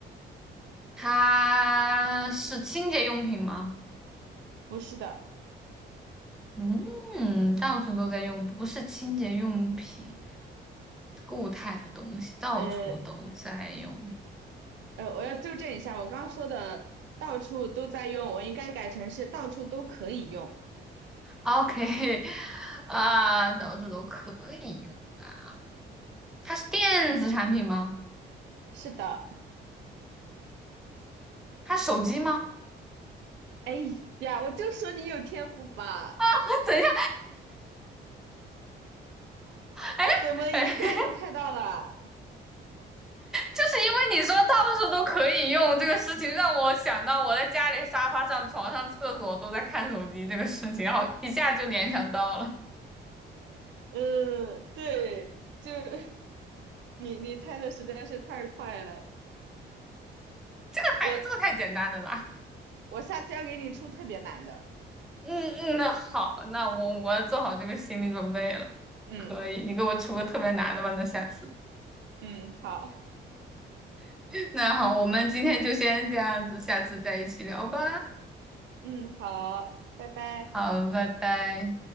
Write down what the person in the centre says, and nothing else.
它是清洁用品吗？
嗯，到处都在用，不是清洁用品，固态的东西到处都在用。
OK，<laughs> 啊，到处都可以用。啊。它是电子产品吗？
它是手机吗？
<laughs> 等一下，哎哎，
<laughs> 就是因为你说到处都可以用这个事情，让我想到我在家里沙发上、床上、厕所都在看手机这个事情，然后一下就联想到了。
这个还这个太简单了吧？
嗯嗯，那好，那我我要做好这个心理准备了。
可以，你给我出个特别难的吧，那下次。
<laughs> 那好，我们今天就先这样子，下次再一起聊吧。
好，拜拜。